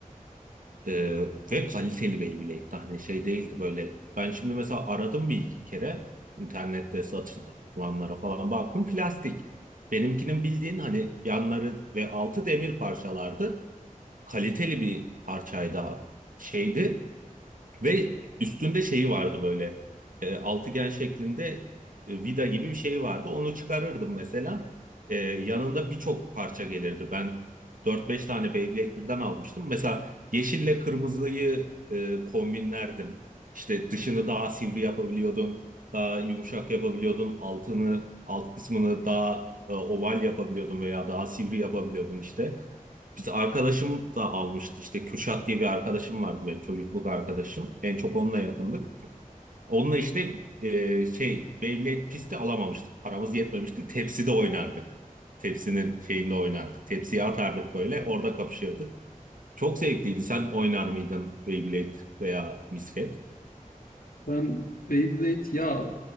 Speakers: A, on the right; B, on the left.
A: E, ve kaliteli Beyblade. Hani şey değildi böyle. Ben şimdi mesela aradım bir iki kere. internette satılanlara falan baktım. Plastik. Benimkinin bildiğin hani yanları ve altı demir parçalardı kaliteli bir parçaydı şeydi ve üstünde şeyi vardı böyle e, altıgen şeklinde e, vida gibi bir şey vardı. Onu çıkarırdım mesela. E, yanında birçok parça gelirdi. Ben dört beş tane Beyblade birden almıştım. Mesela yeşille kırmızıyı e, kombinlerdim. İşte dışını daha sivri yapabiliyordun, daha yumuşak yapabiliyordun, altını, alt kısmını daha e, oval yapabiliyordun veya daha sivri yapabiliyordun işte. Biz arkadaşım da almıştı işte Kürşat diye bir arkadaşım vardı benim çocukluk arkadaşım. En çok onunla yakındık. Onunla işte e, şey Beyblade pisti alamamıştık. Paramız yetmemişti. Tepside oynardık. Tepsinin şeyinde oynardık. Tepsiye atardık böyle orada kapışırdık. Çok zevkliydi. Sen oynar mıydın Beyblade veya misket?
B: Ben Beyblade ya